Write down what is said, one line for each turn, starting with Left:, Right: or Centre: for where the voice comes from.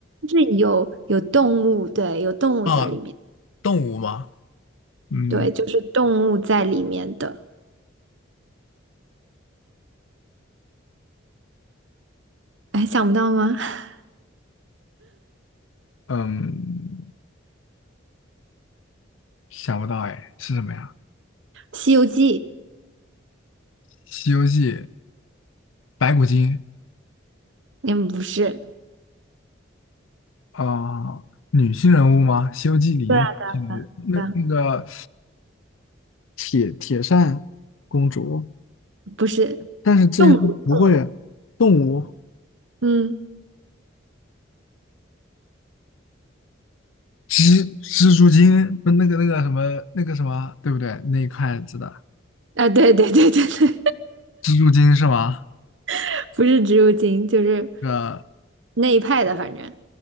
Right: 是有有动物，对，有动物在里面，
Left: 啊，动物吗？嗯
Right: 对，就是动物在里面的，哎，想不到吗？<laughs>
Left: 嗯，想不到哎，是什么呀？
Right: 《西游记》
Left: 《西游记》白骨精
Right: 嗯，不是，
Left: 啊、女性人物吗？《西游记》里面女性人物那那个
Right: 对啊，对啊
Left: 铁铁扇公主，
Right: 不是
Left: 但是这些都不会，
Right: 动物，动物，
Left: 动物
Right: 嗯，
Left: 蜘蜘蛛精不那个那个什么那个什么，对不对？那一块子的
Right: 啊，对对对对对，
Left: 蜘蛛精是吗？
Right: <laughs> 不是植物精，就是。
Left: 呃，
Right: 那一派的，反正